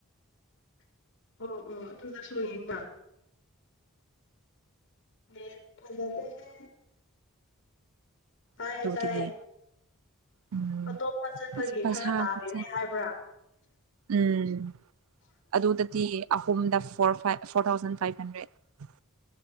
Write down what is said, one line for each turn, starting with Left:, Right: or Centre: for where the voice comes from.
Left: ꯑꯣ ꯑꯣ ꯑꯗꯨꯗꯁꯨ ꯌꯦꯡꯕꯥ ꯃꯦꯜ ꯐꯖꯗꯦꯍꯦ ꯇꯥꯏꯌꯦ
Right: ꯗꯥꯏꯒꯅꯣꯗꯨꯗꯒꯤ
Left: ꯇꯥꯏꯌꯦ
Right: ꯎꯝ
Left: ꯑꯇꯣꯞꯄ ꯆꯠꯄꯒꯤ
Right: ꯑꯁ ꯄꯩꯁꯥ
Left: ꯈꯔ ꯇꯥꯕꯤꯅꯦ
Right: ꯈꯨꯠꯆꯪ
Left: ꯍꯥꯏꯕ꯭ꯔꯥ
Right: ꯎꯝ ꯑꯗꯨꯗꯗꯤ ꯑꯍꯨꯝꯗ four five four thousand five hundred